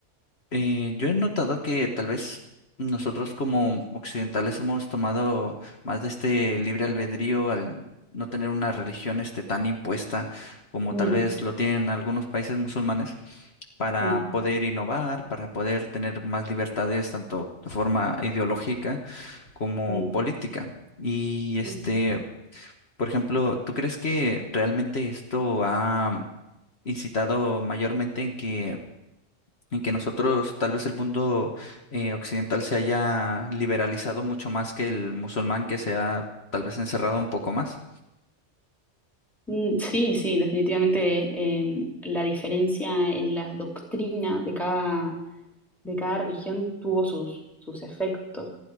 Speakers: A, on the left; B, in the centre.
A: eh, yo he notado que tal vez nosotros como occidentales hemos tomado más de este libre albedrío al no tener una religión este tan impuesta como
B: mm.
A: tal vez lo tienen algunos países musulmanes para
B: Sí,
A: poder innovar, para poder tener más libertades, tanto de forma ideológica como
B: sí,
A: política. Y este,
B: sí.
A: por ejemplo, ¿tú crees que realmente esto ha incitado mayormente en que en que nosotros, tal vez el mundo eh, occidental se haya liberalizado mucho más que el musulmán, que se ha tal vez encerrado un poco más?
B: Mm, Sí, sí, definitivamente em, la diferencia en la doctrina de cada, de cada religión tuvo sus, sus efectos.